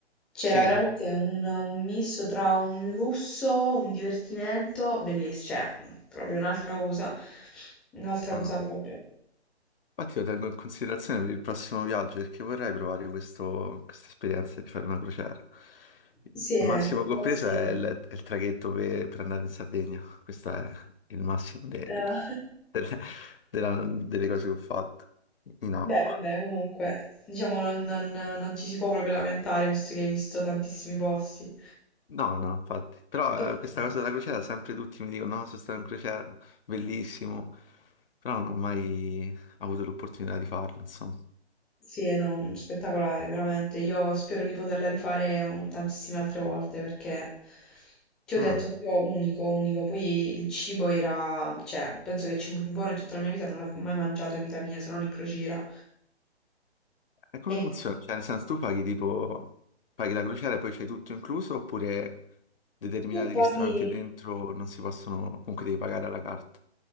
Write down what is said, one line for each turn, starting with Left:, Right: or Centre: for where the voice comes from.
Centre: C'era
Left: sì.
Centre: veramente un, un misto tra un lusso, un divertimento, bellissimo, cioè proprio un'altra cosa, un'altra
Left: Ah.
Centre: cosa proprio.
Left: Infatti lo tengo in considerazione per il prossimo viaggio perché vorrei provare questo- questa esperienza di fare una crociera. Il
Centre: Sì, è
Left: massimo
Centre: tipo
Left: che
Centre: classico.
Left: ho preso è il, è il traghetto per, per andare in Sardegna. Questo è il massimo del-
Centre: Eh, <laughs>
Left: delle, della- delle cose che ho fatto in acqua.
Centre: beh, vabbè, comunque, diciamo non, non- non ci si può proprio lamentare visto che hai visto tantissimi posti.
Left: No, no, infatti. Però
Centre: To-
Left: eh, questa cosa della crociera, sempre tutti mi dicono, no, sono stato in crociera, bellissimo. Però non ho mai avuto l'opportunità di farlo, insomma.
Centre: Sì, no, spettacolare, veramente. Io spero di poterla rifare un- tantissime altre volte perché ti ho
Left: Ah.
Centre: detto proprio unico, unico. Poi il cibo era, cioè, penso che il cibo più buono in tutta la mia vita non l'avevo mai mangiato in vita mia, se non in crociera.
Left: E come
Centre: E
Left: funziona?
Centre: qui
Left: Cioè, nel senso, tu paghi tipo, paghi la crociera e poi c'hai tutto incluso, oppure determinati
Centre: tu paghi.
Left: ristoranti dentro non si possono, comunque devi pagare alla carta.